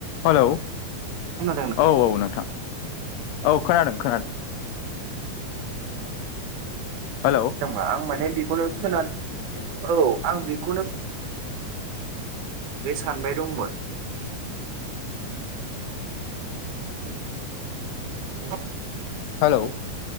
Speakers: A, on the left; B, on the right.
A: Hello
B: खोनादोंना
A: औ औ नोंथां औ खोनादों खोनादों हेल'
B: आं माने बेखौनो खोना औ आं बेखौनो सानबाय दंमोन <inaudible>
A: हेलौ